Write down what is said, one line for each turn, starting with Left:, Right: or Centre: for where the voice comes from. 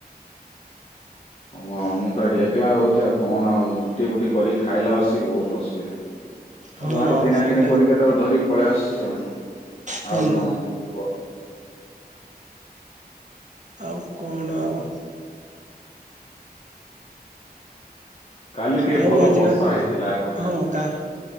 Left: ହ ମୁଁ ତ ଏଠି ଏକଲା ରହୁଛି ଆଉ କଣ ଆଉ ରୁଟି ବୁଟି କରିକି ଖାଇଲା ବସିକି ବହୁତ ଅସୁବିଧା ଆଉ
Right: ହଁ
Left: ବାହାରୁ କିଣା
Right: ସେଇଟା
Left: କିିଣି କରିକି କେତେଳେ ଧରିିକି ପଳେଇ ଆସୁଛି
Right: ହୁଁ।
Left: ଆଉ କଣ କୁହ?
Right: ଆଉ କଣ ଆଉ
Left: କାଲି ଟିକେ
Right: ଆଉ
Left: ଭଲ
Right: ଆଜି
Left: ବର୍ଷା
Right: ଭ
Left: ହେଇଥିଲା ଏପଟେ
Right: ହଁ କା